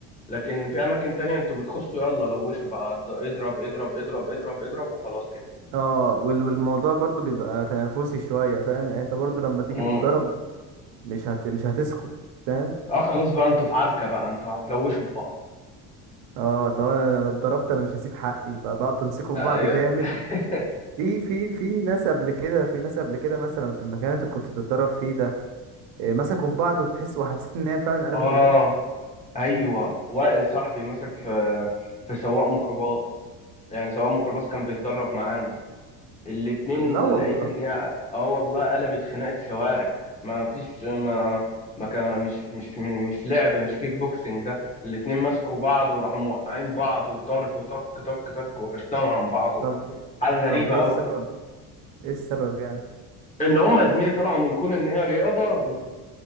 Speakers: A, on the left; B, on the right.
A: لكن في أماكن تانية انتوا بتخشوا يلا لوشوا بقى اضرب اضرب اضرب اضرب اضرب وخلاص كده
B: اه وال- والموضوع برضو بيبقى تنافسي شوية فاهم يعني انت برضو لما تيجي
A: مم.
B: تتضرب مش هت... مش هتسكت فاهم
A: اه خلاص بقى انتوا في عركة بقى انتوا هتلوشوا في بعض
B: اه لو انا انا اتضربت انا مش هسيب حقي فبقعد تمسكوا في
A: ايوه
B: بعض جامد
A: <laughs>
B: في في في ناس قبل كده في ناس قبل كده مثلا في المكان اللي انت كنت بتتدرب فيه ده إيه، مسكوا في بعض وتحس وحسيت ان هي فعلا قلبت
A: اه
B: بجد
A: ايوه وائل صاحبي مسك في في سواق ميكروباص يعني سواق ميكروباص كان بيتدرب معانا الاتنين
B: لا والله
A: لقيت ان هي اه والله قلبت خناقة شوارع ما فيش ما ما كان مش مش مش لعب مش كيك بوكسنج ده الاتنين مسكوا بعض وراحوا موقعين بعض وضرب وطك طك طك وحشناهم عن بعض
B: طب
A: حاجة غريبة
B: طب ايه
A: قوي
B: السبب ايه السبب يعني
A: ان هم يا زميلي طلعوا من كون ان هي رياضة